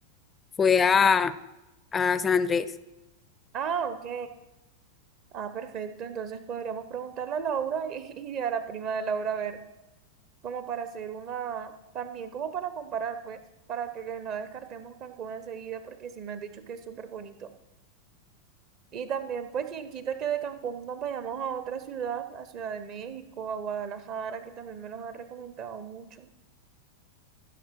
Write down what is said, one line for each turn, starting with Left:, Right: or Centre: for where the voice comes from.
Left: fue a, a San Andrés.
Right: Ah, ok. Ah, perfecto. Entonces podríamos preguntarle a Laura y, <laughs> y a la prima de Laura a ver. como para hacer una, también como para comparar, pues, para que, que no descartemos Cancún enseguida, porque sí me han dicho que es súper bonito. Y también, pues, quien quita que de Cancún nos vayamos a otra ciudad, a Ciudad de México, a Guadalajara, que también me los han recomendado mucho.